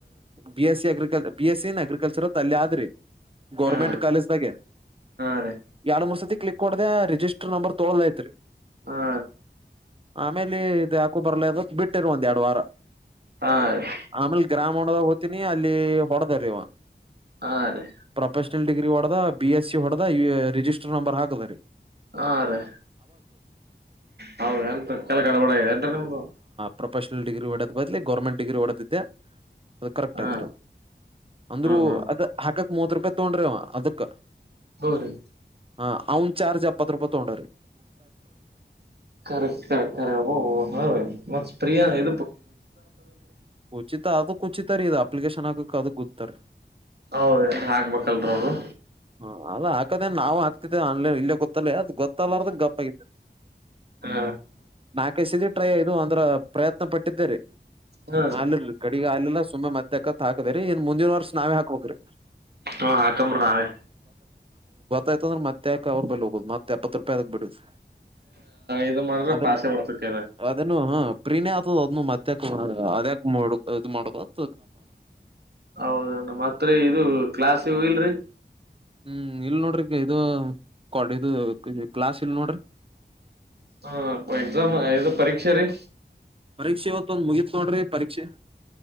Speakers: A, on the right; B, on the right.
A: B S C agriculture B S C agriculture ತಲ್ಲಿ ಆದ್ರಿ ಗೋರ್ಮೆಂಟ್
B: ಹಾ
A: ಕಾಲೇಜ್ದಾಗೆ
B: ರೀ
A: ಎಳ್ ಮೂರ್ ಸತಿ ಕ್ಲಿಕ್ ಕೊಡದೆ ಜ ನಂಬರ್ ತೊಳಲಐತ್ರಿ
B: ಹಾ
A: ಆಮೇಲೆ ಇದು ಯಾಕೋ ಬರ್ಲ ಅದ ಬಿಟ್ಟಿರ್ ಒಂದ್ ಎರಡ್ಡು ವಾರ
B: ಹಾ ರೀ
A: ಆಮೇಲ್ ಗ್ರಾಮ ಹೊದಾಗ ಹೋಗ್ತೀನಿ ಅಲ್ಲಿ ಹೊಡೆದಾರವ
B: ಹಾ ರೀ ಹಾ ರೀ
A: ಪ್ರೊಫೆಷನಲ್ ಡಿಗ್ರಿ ಹೊಡದ ಬಿ ಎಸ್ಸ ಹೊಡದ ರಿಜಿಸ್ಟರ್ ನಂಬರ್ ಹಾಕದ ರೀ
B: ಹಾ ರೀ ಹೌದ ಎಂತ ಕೆಲ ಗಡವಾಡ ಏನ್ರೀ ನಿಮ್ದು
A: ಪ್ರೊಫೆಷನಲ್ಡಿ್ರಿ ಡೋದ ಬದ್ಲಿ ಗೌರ್ಮೆಂಟ್ ಡಿಗಿ ಓಡದಿದ್ದೆ ಅದ ಕರೆಕ್ಟ್
B: ಹ
A: ಆಯ್ತ್ರಿ
B: ಹಾ
A: ಅಂದ್ರು
B: ಹಾ
A: ಅದ ಹಾಕಕ್ ಮೂವತ್ ರೂಪಾಯಿ ತೊೊಂಡ್ರಿ ಅದಕ್
B: ಹೌ ರೀ
A: ಹ ಅವ್ನ್ ಚಾರ್ಜ್ ಎಪ್ಪತ್ತು ರೂಪಾಯ ತಗೊಂಡ್ರರಿ
B: ಕರೆಕ್ ಕರೆಕ್ ಕರೆಕ್ಬ್ಬ ನಾೀ ಮತ್ತ್ ಪ್ರಿಯ ಇ
A: ಕುಚಿತ ಅದಕ್ ಕುಚಿತಾರ ಇದು ಅಪ್ಲಿಕೇಶನ್ ಹಾಕಕ್ ಅದಕ್ ಗೊತ್ತಾರ
B: ಹೌದ ಹಾಕ್ಬೇಕಲ್ರ ಅವರು
A: ಹ ಅದ ಹಾಕದೇ ನಾ್ ಹಾತೇ ಆನ್ಲೈನ್ ಇಲ್ಲೇ ಗೊತ್ತಲ್ಲೇ ಅದು ಗೊತ್ತಲ್ಲಾರದ ಗಪ್ ಆ
B: ಹ
A: ನಾಲ್ಕೈಸ ಟ್ರೈ ಇದು ಅಂದ್ರ ಪ್ರಯತ್ನ ಪಟ್ಟಿದ್ದಾರೆ
B: ಹ
A: ಹಾಲ ಕಡೆ ಹಾಲಲ್ಲ ಸುಂಬಾ ಮತ್ತೆ ಅಕತ್ ಹಾಕದ್ರರಿ ಇನ್ ಮುಂದಿನ ವರ್ಷ ನಾವೇ ಹಾಕ್ಬೇಕ್ರಿ
B: ಹಾ ಹಾಕಂಬ್ರಿ ನಾವೇ
A: ಆಯ್ತಂದ್ರೆ ಮತ್ಕ ಅವ್ರೂಪಲ್ ಹೋುದುತ್ತ ಎಪ್ಪತ್ತು ರೂಪಾಯಿದಕ್ ಬಿಡುದು <inaudible>
B: ಇದ ಮಾಡಿದ್ರೆ
A: ಅದನ್ನು
B: ಪಾಸೆ ಬರ್ತಕ್ ಇದ
A: ಅದನ್ನು ಹ ಪ್ರೀಣ ಅದನ್ನು ಮತ್ತ ಅದ್ಯಾ ಮಾಡ ಇದ ಮಾಡದು
B: ಹೌದ್ಣ ಮತ್ರರಿ ಇದು ಕ್ಲಾಸ್ಿಗೆ ಹೋಗಿಲ್ರಿ
A: ಹ್ಮ್ ಇಲ್ ನೋಡ್ರಿಗ ಇದು ಕೊ ಇದು ಕ್ಲಾಸ್ ಇಲ್ ನೋಡ್ರಿ
B: ಹಾ ಎಕ್ಸಾಮ ಏದು ಪರೀಕ್ಷೆ ರ
A: ಪರೀಕ್ಷೆ ಇವತ್ ಒಂದ್ ಮುಗಿತ್ ನೋಡ್ರಿ ಪರೀಕ್ಷೆ